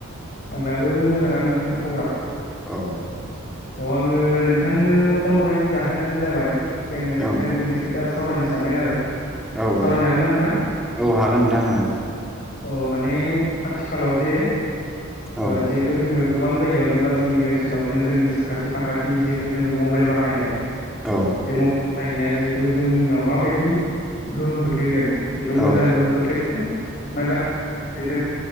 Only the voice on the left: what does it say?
आंनाबो मोजाङानो नोंथां खबरा
औ आङो नोंथांनो फन हरनायनि जाहोनानो जाबाय जोङो नोंथांजों
मोनसे खोथा सावरायनो सानदों आरो
सावरायनो
हागोन ना नोंथां
अ माने आथिखालाव जे
जिहेथु जोङो गोबां जायगायावनो बा जोंनि ओनसोलावनो जोंनि साखाथि फाखाथि जिहेथु जोङो मबाइल बाहायनाय
बे मबाइल बाहायनाया जिहेथु जोंनाव माबायदि गोहोम खोख्लैदों जिहेथु मोजां
गोहोम खोख्लैदों ना गाज्रि गोहोम खोख्लैदों